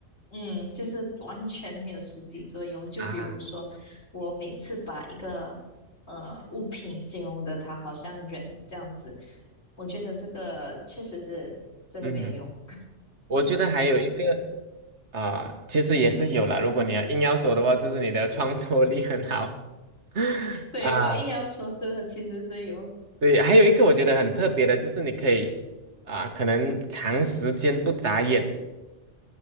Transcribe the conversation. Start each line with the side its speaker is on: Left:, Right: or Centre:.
Left: 嗯，就是完全没有实际作用。就比如说，
Right: 啊，
Left: 我每次把一个呃物品形容的它好像人这样子，我觉得这个确实是真的没有用。
Right: 嗯，我觉得还有一个啊、其实也是有啦。如果你要硬要说的话，就是你的创作力很好 <laughs>
Left: 对，
Right: 啊。
Left: 如果硬要说是其实是有，
Right: 对，还有一个我觉得很特别的，就是你可以啊、可能长时间不眨眼，